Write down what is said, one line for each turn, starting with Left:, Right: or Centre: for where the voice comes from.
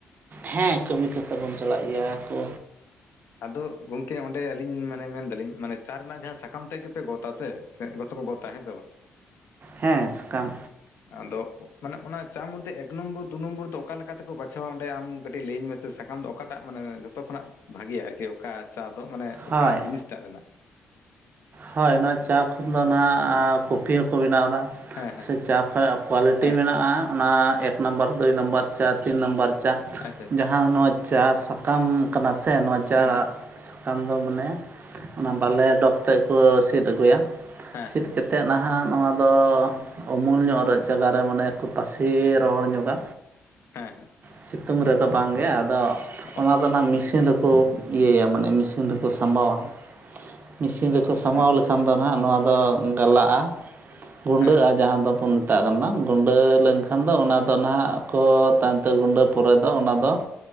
Right: ᱦᱮᱸ ᱠᱟᱹᱢᱤ ᱠᱚᱛᱮ ᱵᱚᱱ ᱪᱟᱞᱟᱜ ᱜᱮᱭᱟ ᱠᱚ᱾
Left: ᱟᱫᱚ ᱜᱚᱝᱠᱮ ᱚᱸᱰᱮ ᱟᱹᱞᱤᱧ ᱢᱟᱱᱮ ᱢᱮᱱᱫᱟᱞᱤᱧ ᱢᱟᱱᱮ ᱪᱟ ᱨᱮᱱᱟᱜ ᱡᱟᱸᱦᱟ ᱥᱟᱠᱟᱢ ᱛᱮᱫ ᱜᱮᱯᱮ ᱜᱚᱫᱟ ᱥᱮ, ᱥᱮ ᱜᱚᱫ ᱫᱚᱠᱚ ᱜᱚᱫ ᱛᱟᱸᱦᱮᱜ ᱥᱮ ᱵᱟᱝ
Right: ᱦᱮᱸ ᱥᱟᱠᱟᱢ
Left: ᱟᱫᱚ ᱢᱟᱱᱮ ᱚᱱᱟ ᱪᱟ ᱢᱚᱫᱽᱫᱷᱮ ᱮᱠ ᱱᱚᱢᱵᱚᱨ ᱫᱩ ᱱᱚᱢᱵᱚᱨ ᱫᱚ ᱚᱠᱟ ᱞᱮᱠᱟᱛᱮᱠᱚ ᱵᱟᱪᱷᱟᱣᱟ ᱚᱰᱮ ᱟᱢ ᱠᱟᱹᱴᱤᱡ ᱞᱟᱹᱭᱟᱹᱧ ᱢᱮᱥᱮ, ᱥᱟᱠᱟᱢ ᱫᱚ ᱚᱠᱟᱴᱟᱜ ᱢᱟᱱᱮ ᱡᱷᱚᱛᱚ ᱠᱷᱚᱱᱟᱜ ᱵᱷᱟᱜᱮᱭᱟ ᱟᱨᱠᱤ ᱚᱠᱟ ᱪᱟ ᱫᱚ ᱢᱟᱱᱮ ᱚᱠᱟ
Right: ᱦᱳᱭ
Left: ᱡᱤᱱᱤᱥᱴᱟᱜ ᱨᱮᱱᱟᱜ,
Right: ᱦᱳᱭ ᱱᱚᱣᱟ ᱪᱟ ᱠᱷᱚᱱ ᱫᱚ ᱱᱟᱜ ᱠᱚᱯᱷᱤ ᱦᱚᱸᱠᱚ ᱵᱮᱱᱟᱣ ᱮᱫᱟ
Left: ᱦᱮᱸ ᱦᱮᱸ
Right: ᱥᱮ ᱪᱟ ᱠᱷᱚᱱᱟᱜ ᱠᱳᱣᱟᱞᱤᱴᱤ
Left: ᱦᱮᱸ ᱦᱮᱸ
Right: ᱢᱮᱱᱟᱜᱼᱟ ᱚᱱᱟ ᱮᱠ ᱱᱟᱢᱵᱟᱨ ᱫᱩᱭ ᱱᱟᱢᱵᱟᱨ ᱪᱟ ᱛᱤᱱ ᱱᱟᱢᱵᱟᱨ ᱪᱟ
Left: ᱟᱪᱪᱷᱟ ᱟᱪᱪᱷᱟ
Right: ᱡᱟᱸᱦᱟ ᱱᱚᱣᱟ, ᱪᱟ ᱥᱟᱠᱟᱢ ᱠᱟᱱᱟ ᱥᱮ ᱱᱚᱣᱟ ᱪᱟ,
Left: ᱦᱮᱸ
Right: ᱠᱷᱟᱱ ᱫᱚ ᱢᱟᱱᱮ, ᱚᱱᱟ ᱵᱟᱞᱮ ᱰᱚᱜᱽ ᱛᱮᱫ ᱠᱚ ᱥᱤᱫ ᱟᱹᱜᱩᱭᱟ,
Left: ᱦᱮᱸ
Right: ᱥᱤᱫ
Left: ᱦᱮᱸ
Right: ᱠᱟᱛᱮ ᱛᱮᱫ ᱱᱟᱦᱟᱜ ᱱᱚᱣᱟᱫᱚ, ᱩᱢᱩᱞ ᱧᱚᱜ ᱨᱮ ᱡᱟᱜᱟᱨᱮ ᱢᱟᱱᱮᱠᱚ ᱛᱟᱥᱮ ᱨᱚᱦᱚᱲ ᱧᱚᱜᱟ
Left: ᱦᱮᱸ ᱦᱮᱸ᱾
Right: ᱥᱤᱛᱩᱝ ᱨᱮᱫᱚ ᱵᱟᱝᱜᱮ, ᱟᱫᱚ
Left: ᱚ
Right: ᱚᱱᱟ ᱫᱚ ᱢᱮᱥᱤᱱ ᱨᱮᱠᱚ ᱤᱭᱟᱹᱭᱟ ᱢᱟᱱᱮ ᱢᱮᱥᱤᱱ ᱨᱮᱠᱚ ᱥᱟᱢᱵᱟᱣᱟ ᱢᱤᱥᱤᱱ ᱨᱮᱠᱚ ᱥᱟᱢᱵᱟᱣ
Left: ᱟᱪᱪᱷᱟ
Right: ᱞᱮᱠᱷᱟᱱ ᱫᱚ ᱾ ᱱᱟᱦᱟᱜ ᱱᱚᱣᱟ ᱫᱚ ᱜᱟᱞᱟᱜᱼᱟ, ᱜᱩᱸᱰᱟᱹᱜᱼᱟ
Left: ᱦᱮᱸ ᱦᱮᱸ
Right: ᱡᱟᱸᱦᱟᱸ ᱫᱚᱵᱚᱱ ᱢᱮᱛᱟᱜ ᱠᱟᱱᱟ ᱜᱩᱸᱰᱟᱹ ᱞᱮᱱᱠᱷᱟᱱ ᱫᱚ ᱚᱱᱟ ᱫᱚ ᱱᱟᱦᱟᱜ ᱠᱚ ᱛᱟᱹ ᱜᱩᱸᱰᱟᱹ ᱯᱚᱨᱮ ᱫᱚ ᱚᱱᱟ ᱫᱚ